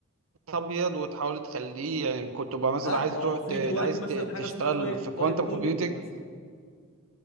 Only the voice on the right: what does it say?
ابيض وتحاول تخليه يعني كنت بقى مثلا
عايز
تروح
ت...
عايز
ت... تشتغل
في كوانتم
كومبيوتنج